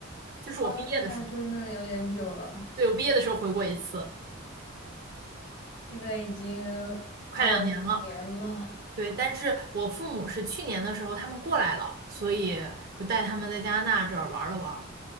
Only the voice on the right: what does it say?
就是我毕业的时候。
对，我毕业的时候回过一次，
快两年了。
对，但是我父母是去年的时候他们过来了，所以就带他们在加拿大这儿玩了玩。